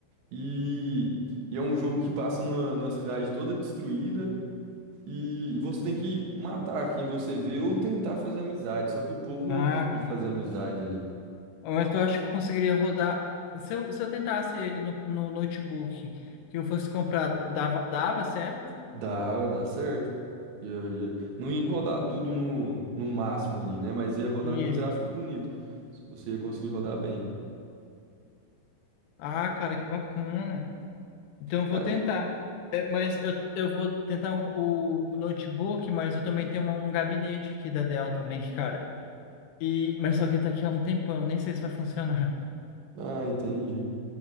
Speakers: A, on the right (about 70°); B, on the left (about 70°).
A: e, e é um jogo que passa numa, numa cidade toda destruída. E, e você tem que matar quem você vê ou tentar fazer amizade. Só que o povo não
B: ah,
A: é muito de
B: cara.
A: fazer amizade ali.
B: Mas eu acho que eu conseguiria rodar. Se eu, se eu tentasse ele no, no notebook que eu fosse comprar, dava, dava certo?
A: Dá, dá certo. Ia- ia- Não ia rodar tudo no, no máximo ali, né? Mas ia rodar
B: Isso.
A: num gráfico bonito. Você ia conseguir rodar bem.
B: Ah, cara, que bacana. Então eu
A: Cara,
B: vou tentar. É, mas eu, eu vou tentar o, o notebook, mas eu também tenho uma- um gabinete aqui da Dell também, cara. E, mas só que tá aqui há um tempão, nem sei se vai funcionar. <laughs>
A: ah, entendi.